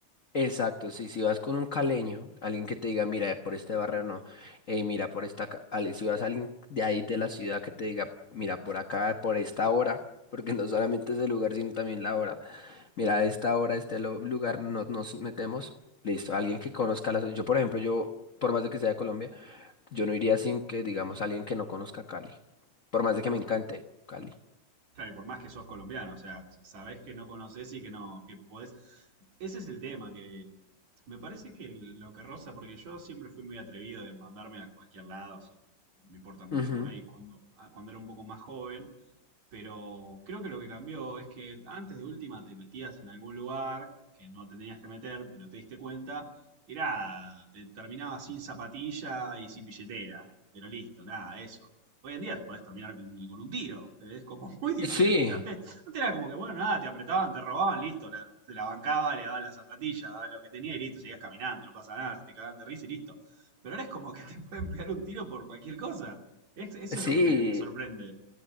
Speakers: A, on the left; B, on the right.
A: exacto. Sí, si vas con un caleño, alguien que te diga, mira, eh, por este barrio no, eh, mira, por esta. ca- al- Si vas a alguien de ahí de la ciudad que te diga, mira, por acá, por esta hora, porque no solamente es el lugar, sino también la hora. Mira, a esta hora, este lo- lugar, no nos metemos. Listo, alguien que conozca la ciudad. Yo, por ejemplo, yo, por más de que sea de Colombia, yo no iría sin que, digamos, alguien que no conozca Cali. Por más de que me encante Cali.
B: Claro, y por más que sos colombiano, o sea, sabés que no conocés y que no, que podés. Ese es el tema, que me parece que lo que roza, porque yo siempre fui muy atrevido de mandarme a cualquier lado, sin- me importa mucho
A: Ujú.
B: por ahí, cuando, a- cuando era un poco más joven, pero creo que lo que cambió es que antes de última te metías en algún lugar que no te tenías que meter y no te diste cuenta, y nada, te terminabas sin zapatilla y sin billetera, pero listo, nada, eso. Hoy en día te podés terminar con, con un tiro. Es como <laughs> muy diferente.
A: Sí,
B: Antes, antes era como que, bueno, nada, te apretaban, te robaban, listo. La, te la bancaba, le daban la zapatilla, daba lo que tenía y listo. Seguías caminando, no pasa nada, se te cagaban de risa y listo. Pero ahora es como que te pueden pegar un tiro por cualquier cosa. Es- eso
A: sí,
B: es lo que me, me sorprende.